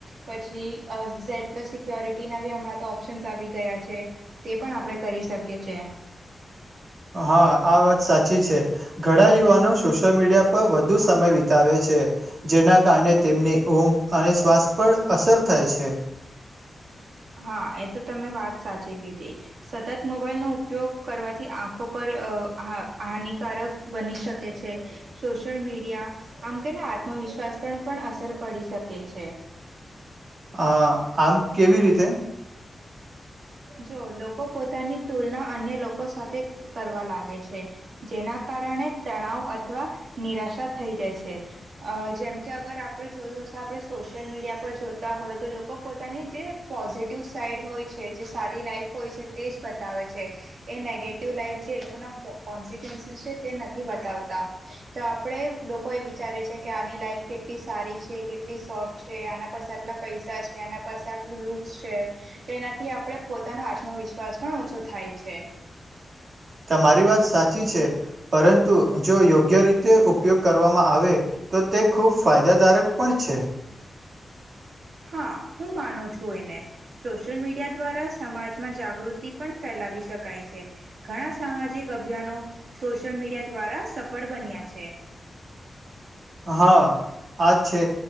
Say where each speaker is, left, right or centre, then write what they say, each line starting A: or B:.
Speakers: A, on the right; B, on the right.
A: પછી અ ઝેડ પ્લસ સિક્યોરિટીના બી હમણાં તો ઓપ્શન્સ આવી ગયા છે તે પણ આપણે કરી શકીએ છે.
B: હા, આ વાત સાચી ઘણા યુવાનો સોશિયલ મીડિયા પર વધુ સમય વિતાવે છે, જેના કારણે તેમની ઊંઘ અને શ્વાસ પર અસર થાય છે.
A: હા, એ તો તમે વાત સાચી કીધી સતત મોબાઈલનોો ઉપયોગ કરવાથી આંખો પર હાનિકારક બની શકે છે, સોશિયલ મીડિયા આમ કેને આત્મવિશ્વાસ પર પણ અસર પડી શકે છે.
B: હ આમ કેવી રીતે?
A: જો લોકો પોતાની તુલના અન્ય લોકો સાથે કરવા લાગે છે, જેના કારણે તણાવ અથવા નિરાશા થઈ જાય છે, અ જેમકે અગર આપણે જોયું હશે આપણે સોશિયલ મીડિયા પર જોતા હોય તો લોકો પોતાની જે પોઝિટિવ સાઈડ હોય છે, જે સારી લાઈફ હોય છે તે જ બતાવે છે એ નેગેટિવ લાઈફ જે એ લોકોના કોન્સિટન્સીસ છે તે નથી, બતાવતા તો આપણે લોકો એ વિચારે છે કે આની લાઈફ કેટલી સારી છે કેટલી શોર્ટ છે, આના પાસે આટલા પૈસા છે આના પાસે આટલું લુક્સ છે, ત એનાથી આપણે પોતાનો આત્મવિશ્વાસ પણ ઓછો થાય છે.
B: તમારી વાત સાચી છે પરંતુ, જો યોગ્ય રીતે ઉપયોગ કરવામાં આવે તો તે ખૂબ ફાયદાદારક પણ છે.
A: હા, હું માનું છું એને સોશિયલ મીડિયા દ્વારા સમાજમાં જાગૃતિ પણ ફેલાવી શકાય છે, ઘણા સામાજિક અભિયાનો સોશિયલ મીડિયા દ્વારા સફળ બન્યા છે.
B: હા, આ છે